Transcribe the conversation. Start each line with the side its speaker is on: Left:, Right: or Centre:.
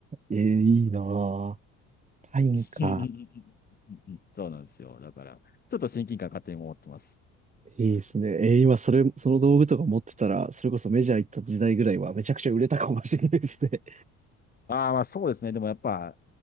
Right: えー、いいなー。サインか。
Left: うんうんうんうんうんうんそうなんですよ。だから、ちょっと親近感勝手に持ってます。
Right: いいですね。えー今それ、その道具とか持ってたら、それこそメジャー行った時代ぐらいはめちゃくちゃ売れたかもしれないですね。
Left: ああ、まあそうですね。でもやっぱ、